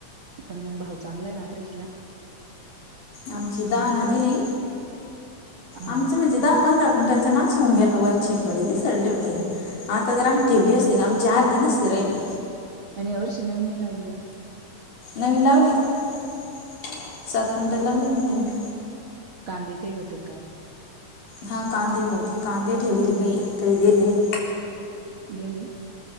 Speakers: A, on the right; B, on the left.
A: पण भाऊ चांगलाय नादरिकिला.
B: आमची दहा ना दिली
A: हा
B: आमच म्हणजे दहा पंधरा. कोटलता नाच होऊ गेला वर चि खडली चडली होती. आता तर आमही ठेवली असती ना आमही चार दिनचते राहिली.
A: आणि यावर्ष नवीनने लावली का.
B: नवीन लावली ना सात क्विंटल लावली आमी नवीन,
A: कांदी काही होते काय.
B: हा कांदे होती कांदे ठेवली काही काही दिले.
A: डडेले.